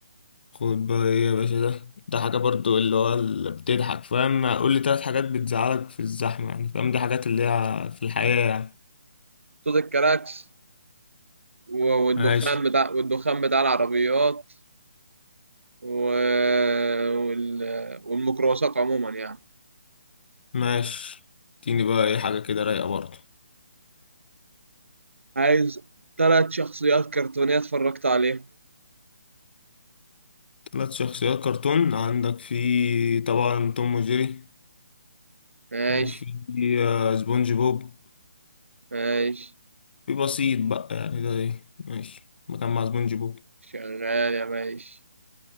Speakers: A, on the left; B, on the right.
A: خد بقى ايه يا باشا ده ده حاجة برضو اللي هو اللي بتضحك فاهم قول لي تلات حاجات بتزعلك في الزحمة يعني فاهم دي حاجات اللي هي في الحياة يعني
B: صوت الكراكس و- والدخان
A: ماشي
B: بتاع والدخان بتاع العربيات و... وال... والميكروباصات عموما يعني
A: ماشي اديني بقى ايه حاجة كده رايقة برضو
B: عايز ثلاث شخصيات كرتونية اتفرجت عليهم
A: تلات شخصيات كرتون عندك في طبعا توم وجيري
B: ماشي
A: وفي آه، سبونج بوب
B: ماشي
A: في بسيط بقى يعني ده ايه ماشي مكان مع سبونج بوب
B: شغال يا باشا